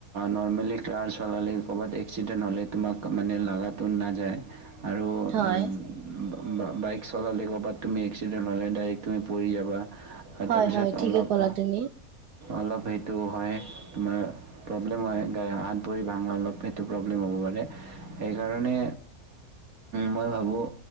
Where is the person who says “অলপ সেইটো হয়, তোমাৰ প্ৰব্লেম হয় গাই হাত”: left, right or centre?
Right